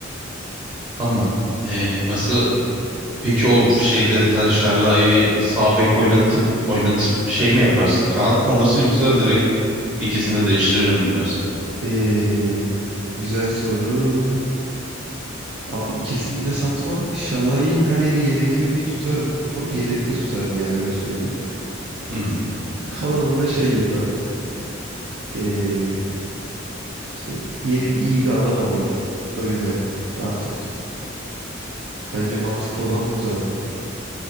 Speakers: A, on the right; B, on the right.
A: Tamam. Ee, mesela peki o şeyde sen Şallai'yi sağ bek oynatıp oynatıp şey mi yaparsın? Kanat mı alırsın yoksa direkt ikisini de değiştirir mi dersin?
B: Ee, güzel soru. Abi ikisini de satmam. Şalay'ı her yeri yedekliyor diye tutarım. Ama yedekte tutarım yani öyle söyleyeyim.
A: Hı hı.
B: Kalanını da şey yaparım. Ee, işte yeni bir iyi bir adam alırım önüne artık. Bence mantıklı olan bu zaten.